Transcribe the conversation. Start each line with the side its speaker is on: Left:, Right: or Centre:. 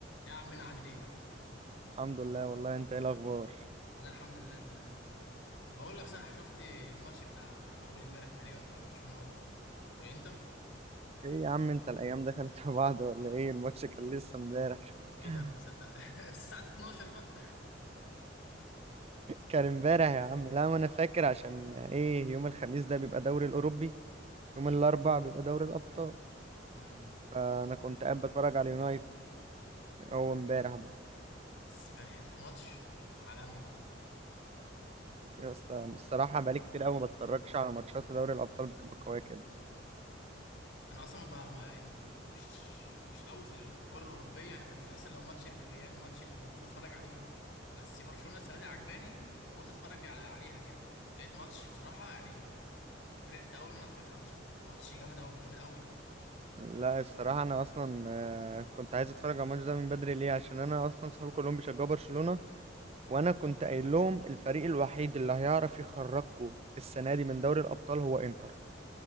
Left: يا عمنا عامل ايه
Right: الحمد لله والله انت ايه الاخبار
Left: انا الحمد لله تمام بقول لك صح شفت الماتش بتاع اول امبارح تقريبا بتاع برشلونة و... والانتر
Right: ايه يا عم انت الايام دخلت في بعض ولا ايه الماتش كان لسه امبارح
Left: ايه
Right: <laughs>
Left: ده صدق <laughs> في الساعة 12 بقى
Right: كان امبارح يا عم لا ما انا فاكر عشان ايه يوم الخميس ده بيبقى دوري الاوروبي يوم الاربع بيبقى دوري الابطال
Left: امم
Right: فانا كنت قاعد بتفرج على اليونايتد هو امبارح بقى
Left: بس كان حتة ماتش عالمي
Right: يا اسطى الصراحه بقالي كتير قوي ما بتفرجش على ماتشات في دوري الابطال بتبقى قويه كده
Left: انا اصلا ما ب- ما مش مش قوي في ال- في الكرة الأوروبية يعني ما مثلا لو ماتش للريال ماتش ليفربول بتفرج عليهم بس برشلونة السنة دي عجباني وقلت اتفرج على- عليها كده لقيت ماتش بصراحة يعني فرحت قوي ان انا اتفرجت على الماتش ده ماتش جامد قوي جامد قوي
Right: لا الصراحه انا اصلا آه، كنت عايز اتفرج على الماتش ده من بدري ليه عشان انا اصلا صحابي كلهم بيشجعوا برشلونه وانا كنت قايل لهم الفريق الوحيد اللي هيعرف يخرجكم السنه دي من دوري الابطال هو انتر